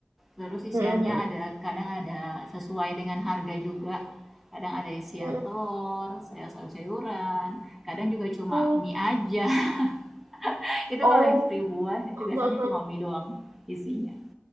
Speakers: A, in the centre; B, on the right.
A: Terus isiannya
B: Mhm.
A: ada kadang ada sesuai dengan harga juga. Kadang ada isian
B: Mhm.
A: telur, sayur sayur-sayuran, kadang juga cuma
B: Oh,
A: mie aja. <laughs> Itu
B: oh,
A: kalau yang seribuan
B: <laughs>
A: itu biasanya cuma mie doang isinya.